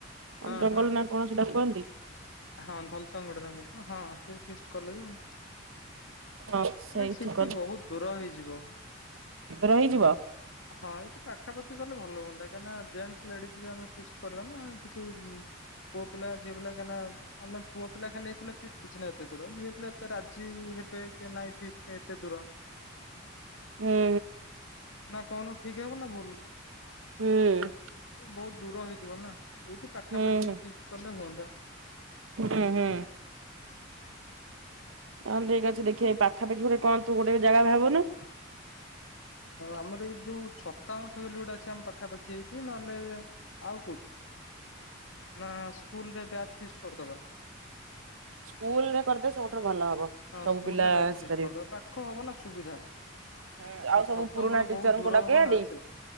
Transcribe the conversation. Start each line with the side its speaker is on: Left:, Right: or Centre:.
Left: ହଁ
Right: ଜଙ୍ଗଲ
Left: ହଁ
Right: ନା କଣ ସେଇଟା କୁହନ୍ତି?
Left: ହଁ ଧଲ ତଙ୍ଗଡଙ୍ଗ ହଁ ସେଇ ଫିଷ୍ଟ କଲେ ବି ହଁ
Right: ହଁ ସେଇଠି
Left: ନାଇଁ ସେଠି ବୋହୁତ ଦୂର ହେଇଯିବ।
Right: ର ହେଇଯିବ।
Left: ହଁ ଏଠି ପାଖାପାଖି କଲେ ଭଲ ହୁଅନ୍ତା କାହିଁକିନା ଜେଣ୍ଟସ୍ ଲେଡିଜ୍ ଆମେ ଫିଷ୍ଟ କରିବା ନା ସେଠି ପୁଅ ପିଲା ଝିଅ ପିଲା କାଇଁନା ଆମେ ପୁଅ ପିଲା ଖାଲି ହେଇଥିଲା ଫିଷ୍ଟ କିଛି ନାହିଁ ଏତେ ଦୂର ଝିଅ ପିଲା ଏତେ ରାଜି ହେବେ କି ନାଇଁ ଫିଷ୍ଟ ପାଇଁ ଏତେ ଦୂର।
Right: ହୁଁ
Left: ନା କହୁନୁ ଠିକ୍ ହେବ ନା ଭୁଲ?
Right: ହୁଁ।
Left: ବହୁତ ଦୂର ହେଇଯିବ ନା ଏଇଠି ପାଖାପାଖି
Right: ହୁଁ ହୁଁ
Left: ଫିକ୍ସ୍ କଲେ ହୁଅନ୍ତା।
Right: ହୁଁ ହୁଁ। ହଁ ଠିକ ଅଛି ଦେଖିଆ ଏଇ ପାଖାପାଖି ଗୋଟେ କଣତୁ ଗୋଟେ ଜାଗା ବାହା କନୁ।
Left: ଆମର ଏଇ ଯୋଉ ଛତା ମଠ ବୋଲି ଅଛି ଆମ ପାଖାପାଖି ଏଇଠି ନହେଲେ ଆଉ କୋ ନା ସ୍କୁଲ୍ ରେ ବ୍ୟାଚ୍ ଫିଷ୍ଟ୍ କରିଦବା?
Right: ସ୍କୁଲ ରେ କରିଦେ ସବୁଠାରୁ ଭଲ ହବ।
Left: ହଁ
Right: ସବୁ
Left: ସ୍କୁଲରେ
Right: ପିଲା
Left: ବ୍ୟାଚ୍
Right: ଆସିପାରିବେ
Left: ଫିସ୍ କରିଦବା ପାଖ ହବ ନା ସୁବିଧା। ଆଉ
Right: ହୁଁ ଆଉ ସବୁ
Left: ଧସଙ୍ଗ
Right: ପୁରୁଣା
Left: ଟା
Right: ଟିଚରଙ୍କୁ
Left: ବୋହୁ ଦୂର
Right: ଡକେଇବା
Left: ହବ ନା
Right: ଟି।
Left: ସେ